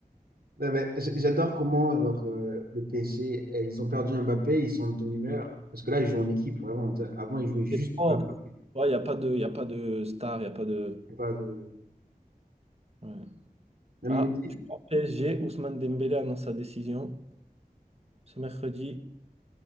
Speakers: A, on the right (about 85°); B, on the right (about 40°).
A: Ouais, mais j- J'adore comment genre, euh, le PSG, eh, ils ont perdu Mbappé, ils sont de bonne humeur Parce que là, ils jouent en équipe, vraiment. Tu sais, Avant, ils jouaient juste
B: C'est propre.
A: pour Mbappé.
B: Il n'y a pas de, y a pas de star, il n'y a pas de.
A: C'est Pas de...
B: Ouais.
A: Même
B: Ah,
A: Messi,
B: tu vois, PSG, Ousmane Dembélé annonce sa décision ce mercredi.